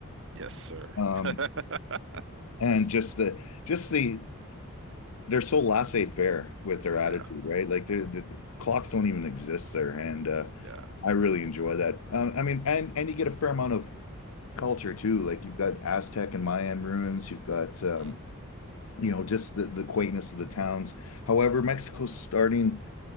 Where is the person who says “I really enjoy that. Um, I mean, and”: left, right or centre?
Left